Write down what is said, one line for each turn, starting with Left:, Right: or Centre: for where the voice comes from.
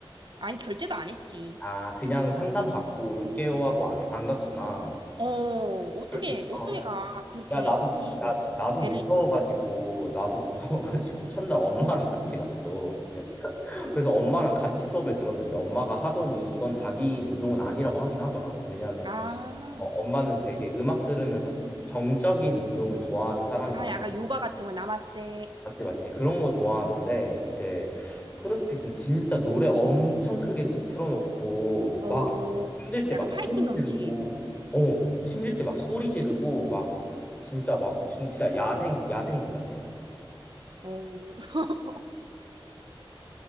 Right: 아니 결제도 안 했지.
Left: 아, 그냥 상담 받고 올게요 하고 안, 안 갔구나.
Right: 어, 어떻게,
Left: 그럴 수 있어.
Right: 어떻게 가. 그렇게
Left: 야, 나도
Right: 이
Left: 나 나도
Right: 배를
Left: 무서워가지고
Right: 이끌고.
Left: 나도 무서워가지고 <laughs> 첫날 엄마랑 같이 갔어. 그래서 엄마랑 같이 수업을 들었는데 엄마가 하더니 이건 자기 운동은 아니라고 하긴 하더라. 왜냐하면
Right: 아,
Left: 어, 엄마는 되게 음악 들으면서 정적인 운동을 좋아하는 사람인데
Right: 아, 약간 요가 같은 거 나마스테.
Left: 맞지 맞지 그런 거 좋아하는데 이제 크로스핏은 진짜 노래 엄청 크게 틀- 틀어놓고
Right: 어,
Left: 막 힘들 때
Right: 약간
Left: 막
Right: 파이팅
Left: 소리 지르고
Right: 넘치게.
Left: 어 힘들 때 막 소리 지르고 막 진짜 막 진- 진짜 야생 야생 그 자체야.
Right: 어, <laughs>